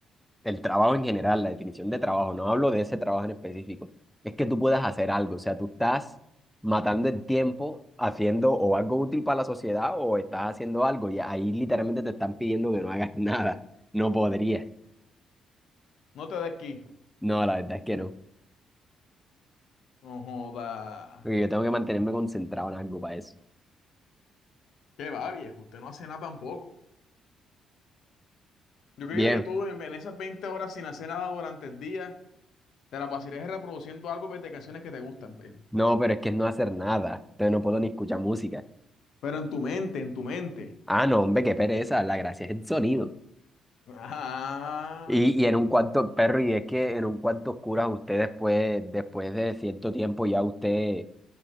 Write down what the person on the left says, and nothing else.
No te da aquí.
No joda.
Qué va, viejo. Usted no hace nada tampoco. Yo que
quiere que tú en, en esas 20 horas sin hacer nada durante el día, te la pasarías reproduciendo álbumes de canciones que te gustan, viejo.
Pero en tu mente, en tu mente.
Ah,